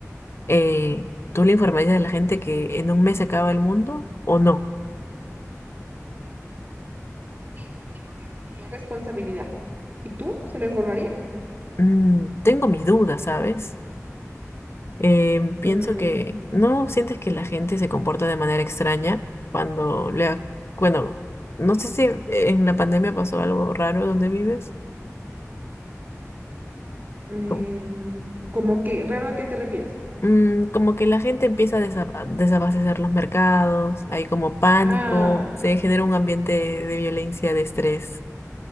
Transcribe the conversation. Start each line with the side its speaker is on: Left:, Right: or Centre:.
Left: Eh, ¿tú le informarías a la gente que en un mes se acaba el mundo o no?
Right: Sí, sí, porque sentiría responsabilidad. ¿Y tú se lo informarías?
Left: Mm, tengo mis dudas, ¿sabes? Em, pienso
Right: Mm,
Left: que no sientes que la gente se comporta de manera extraña cuando le... ha- Bueno, no sé si en la pandemia pasó algo raro donde vives.
Right: Em,
Left: ¿Cómo?
Right: ¿cómo qué? ¿Raro a qué te refieres?
Left: Mm, como que la gente empieza a desaba- desabastecer los mercados, hay como pánico,
Right: Ah,
Left: se genera un ambiente de violencia, de estrés.